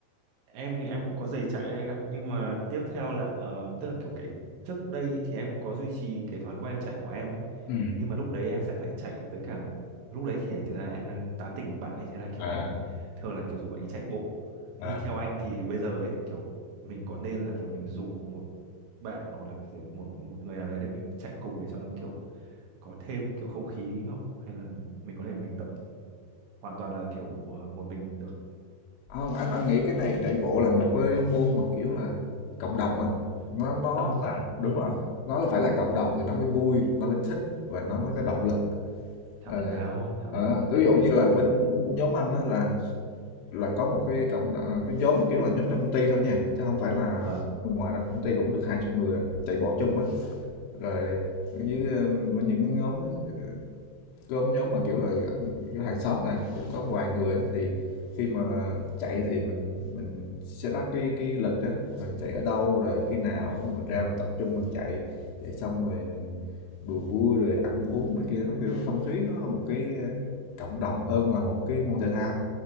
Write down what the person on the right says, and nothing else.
em thì em cũng có giày chạy đấy anh ạ nhưng mà tiếp theo là ờ, tức là kiểu cái trước đây ý, thì em cũng có duy trì cái thói quen chạy của em ấy
nhưng mà lúc đấy em sẽ phải chạy với cả lúc đấy thì thường là em đang tán tỉnh một bạn ấy thế là kiểu
em thường là kiểu rủ bạn ấy chạy bộ thế
thì theo anh thì bây giờ ấy kiểu mình có nên là kiểu mình rủ một bạn hoặc là kiểu một một người nào đấy để mình chạy cùng để cho nó kiểu có thêm kiểu không khí không hay là mình có thể mình tập hoàn toàn là kiểu ờ, một mình được
cộng đồng
ừ
thảo
nào thảo
nào thảo
nào
ừ.
vâng